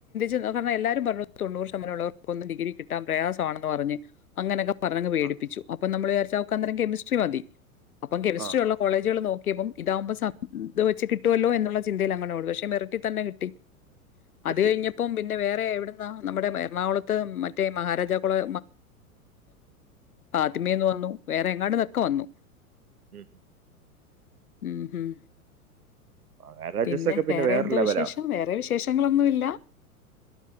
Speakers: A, on the left (about 70°); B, on the right (about 75°).
A: അതാ പറഞ്ഞെ എല്ലാരും പറഞ്ഞു തൊണൂറ് ശമാനമുള്ളവർക്കൊന്നും ഡിഗി കിട്ടാൻ പ്രയാസമാണെന്ന് പറഞ്ഞ് അങ്ങനെക്കെ പറഞ്ഞങ്ങ് പേടിപ്പിച്ചു
B: ആ
A: അപ്പ നമ്മൾ വിചാരിച്ച് അവക്കന്നേരം അന്നേരം കെമിസ്ട്രി മതി അപ്പം കെമിസ്ട്രിയുള്ള
B: ആ ആ
A: കോളേജുകൾ നോക്കി ഇതാവുമ്പോ സ ഇത് വച്ചു വെച്ച് കിട്ടുമല്ലോ എന്നുള്ള ചിന്തയിൽ അങ്ങനെേ ഉള്ളൂ പക്ഷെ മെരിറ്റി തന്നെ കിട്ടി
B: കിട്ടി
A: അത് കഴിഞ്ഞപ്പം പിന്നെ വേറെ എവിടുന്നാ നമ്മുടെ എറണാകുളത്ത് മറ്റേ മഹാരാജാകോളേ ആദ്യമേന്നു വന്നു വേറെ എങ്ങാണ്ട് ക്കൊ വന്നു
B: മ്
A: മ് ഹും
B: മഹാരാജാസ്
A: പിന്നെ
B: ഒക്കെ
A: വേറെന്തോ
B: വേറെ ലെവലാ
A: വിശേഷം വേറെ വിശേ വിശേഷങ്ങളൊന്നുല്ല